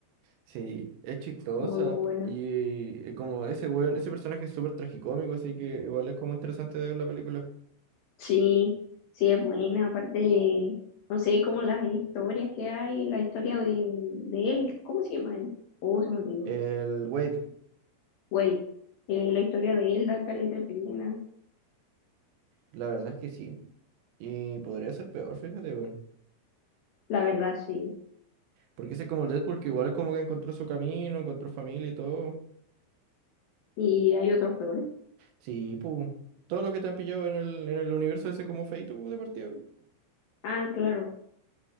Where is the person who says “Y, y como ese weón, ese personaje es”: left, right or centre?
Right